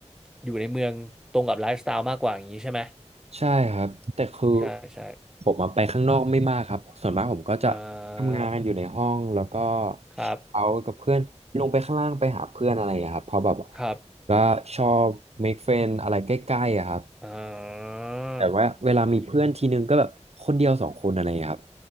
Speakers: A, in the centre; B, on the right.
A: อยู่ในเมืองตรงกับไลฟ์สไตล์มากกว่าอย่างนี้ใช่ไหม
B: ใช่ครับแต่คือ
A: ใช่ ใช่
B: ผมอะไปข้างนอกไม่มากครับส่วนมากผมก็จะทำงานอยู่ในห้องแล้วก็
A: เออครับ
B: เอากับเพื่อนลงไปข้างล่างไปหาเพื่อนอะไรอย่างเงี้ยครับเพราะแบบ
A: ครับ
B: ก็ชอบ make friend อะไรใกล้ๆอะครับ
A: เออ
B: แต่ว่าเวลามีเพื่อนทีนึงก็แบบคนเดียวสองคนอะไรอย่างเงี้ยครับ